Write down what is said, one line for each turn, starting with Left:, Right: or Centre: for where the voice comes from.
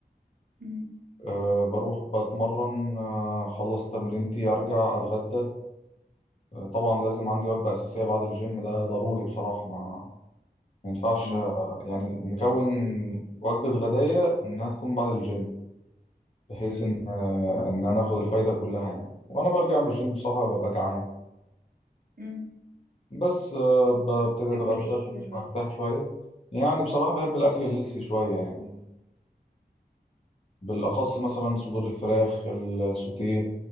Right: مم.
Left: آه بروح بتمرن آه خلص تمرينتي ارجع اتغدى طبعا لازم عندي وجبة أساسية بعد الجيم ده ضروري بصراحة ما ما ينفعش
Right: مم.
Left: آه، يعني مكون وجبة غداية إنها تكون بعد الجيم بحيث
Right: مم.
Left: إن آه، إن أنا آخد الفايدة كلها يعني وأنا برجع من الجيم بصراحة ببقى جعان
Right: مم.
Left: بس آه، ببتدي
Right: تاكل
Left: أتغدى
Right: ايه
Left: وأرتاح
Right: يوجوالي
Left: شوية يعني بصراحة بحب الأكل الهيلثي شوية يعني بالأخص مثلا صدور الفراخ السوتيه